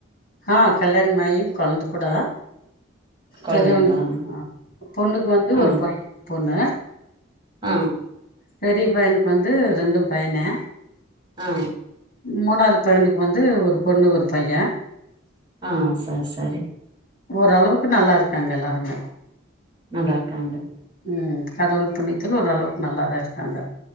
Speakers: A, on the left; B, on the right.
A: ஆ கல்யாணமாயி கொழந்த கூட
B: கொழந்தைங்களா
A: பெரியவனுக்குக் ஆ பொண்ணுக்கு வந்து
B: ஆ
A: ஒரு பைய பொண்ணு
B: ஆ
A: பெரிய பையனுக்கு வந்து ரெண்டூ பையனே
B: அ
A: மூணாவ்து பையனுக்கு வந்து ஒரு பொண்ணு ஒரு பைய
B: ஆ சர் சரி
A: ஓரளவுக்கு நல்லாருக்காங்க எல்லாருமே
B: நல்லாருக்காங்க
A: ம் கடவுள் புண்ணியத்தில ஒரளவுக்கு நல்லாதா இருக்காங்க